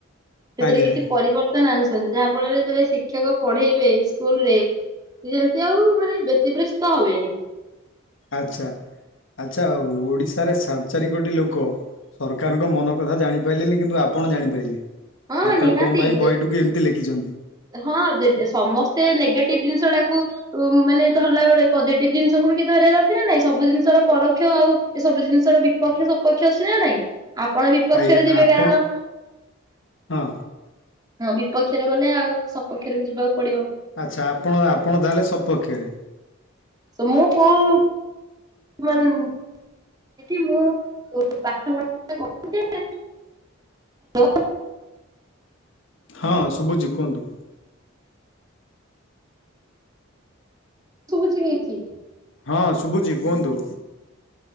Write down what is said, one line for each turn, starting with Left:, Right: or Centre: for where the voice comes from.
Right: ସେଥିରେ
Left: ଆଜ୍ଞା।
Right: କିଛି ପରିବର୍ତ୍ତନ ଆଣୁଛନ୍ତି ଯାହା ଫଳରେ ଯେତେବେଳେ ଶିକ୍ଷକ ପଢେଇବେ ସ୍କୁଲରେ ଯେମିତି ଆଉ ମାନେ ବ୍ୟତିବ୍ରସ୍ତ ହବେନି
Left: ଆଚ୍ଛା ଆଛା ହଉ ଓଡିଶାରେ ସାଡେ ଚାରି କୋଟି ଲୋକ ସରକାରଙ୍କ ମନ କଥା ଜାଣିପାରିଲେନି କିନ୍ତୁ ଆ ଆପଣ ଜାଣିପାରିଲେ ସରକାର
Right: ହଁ ନିହାତି
Left: କଣ ପାଇଁ ବହିଟିକୁ ଏମିତି ଲେଖିଛନ୍ତି
Right: ହଁ ସମସ୍ତେ ନେଗେଟିଭ ଜିନିଷ ଟାକୁ ମାନେ ଧରିଲା ବେଳେ ପଜିଟିଭ ଜିନିଷ ତାକୁ ବି ଧରିବାର ଅଛି ନା ନାଇଁ ସବୁ ଜିନିଷର ପରୋକ୍ଷ ଆଉ ଏ ସବୁ ଜିନିଷର ବିପକ୍ଷ ସପକ୍ଷ ଅଛି ନା ନାଇଁ ଆପଣ ବିପକ୍ଷରେ
Left: ଆଜ୍ଞା
Right: ଯିବେ
Left: ଆପଣ
Right: କାରଣ
Left: ହଁ
Right: ହଁ ବିପକ୍ଷରେ ଗଲେ ଆଉ ସପକ୍ଷରେ ବି ଯିବାକୁ ପଡିବ
Left: ଆଚ୍ଛା ଆପଣ ଆପଣ ତାହେଲେ ସପକ୍ଷରେ
Right: ତ ମୁ କୋଉ <inaudible> ସେଠି ମୁଁ <inaudible> ହ୍ୟାଲୋ <inaudible>
Left: ହଁ ଶୁଭୁଛି କୁହନ୍ତୁ
Right: ଶୁଭୁଚି
Left: ହଁ ଶୁଭୁଛିି କୁହନ୍ତୁ